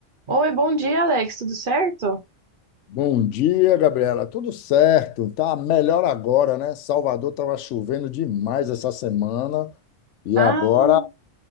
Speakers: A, on the right; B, on the left.
A: Oi, bom dia, Alex. Tudo certo?
B: Bom dia, Gabriela. Tudo certo? Tá melhor agora, né? Salvador estava chovendo demais essa semana e
A: Ah,
B: agora